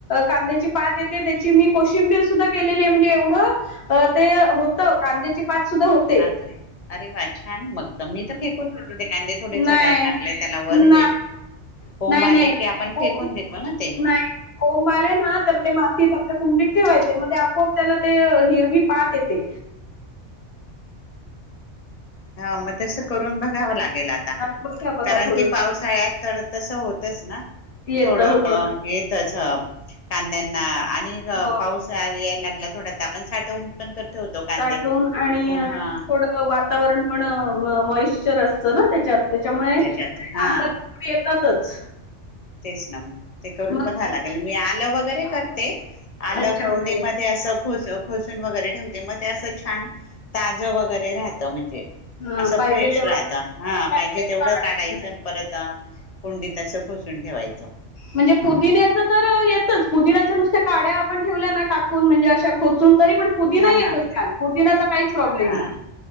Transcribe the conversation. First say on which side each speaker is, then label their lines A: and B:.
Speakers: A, on the left (about 60°); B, on the left (about 40°).
A: कांद्याची पात येते त्याची मी कोशिंबीर सुद्धा केलेली आहे म्हणजे एवढं अ ते होतं कांद्याची पात सुद्धा होते.
B: अच्छा. अरे वा छान मग तर मी तर फेकून देते ते कांदे थोडे
A: नाही
B: सडायला लागले त्याला वर
A: ना
B: कोंब
A: नाही नाही.
B: आले की आपण
A: को
B: फेकून देतो ना ते.
A: नाही कोंब आले ना तर ते मातीत आपल्या कुंडीत ठेवायचे मग ते आपोआप त्याला ते हिरवी पात येते.
B: हा मग तसं करून बघावं लागेल आ ता
A: आणि बघा बघा
B: कारण
A: थोडस
B: की पावसाळ्यात तर तसं होतच ना?
A: येत
B: थोडं
A: होत
B: येतच कांद्यांना आणि
A: हो
B: पाऊस यायला लागला थोडा त आपण साठवून पण कर ठेवतो कांदे
A: साठवून आणि
B: हा.
A: थोडं वातावरण पण मॉइश्चर असतं ना त्याच्यात. त्याच्यामुळे
B: त्याच्यात
A: कांद्याला
B: हा
A: मोड येतातच.
B: तेच ना ते करून
A: मग
B: बघाव लागेल मी आलं वगैरे करते. आलं
A: अच्छा
B: कुंडीमध्ये
A: ओके
B: ते अस खो खोसून वगैरे ठेवते मग ते असं छान ताजं वगैरे राहतं म्हणजे ते
A: हा
B: असं
A: पाहिजे
B: फ्रेश
A: तेव्हा
B: राहत हा
A: पाहिजे
B: पाहि
A: तुम्हाला
B: तेवढ
A: माहिती.
B: काढायचं परत कुंडीत अस खोसून ठेवायचं.
A: म्हणजे पुदिन्याच तर येतच पुदिन्याच्या नुसत्या काढ्या आपण ठेवल्या ना टाक कुन म्हणजे अशा खोचून तरी पण पुदीना
B: हा
A: येतो
B: हा
A: छान पुदीन्याचा काहीच प्रॉब्लेम
B: हा
A: नाही.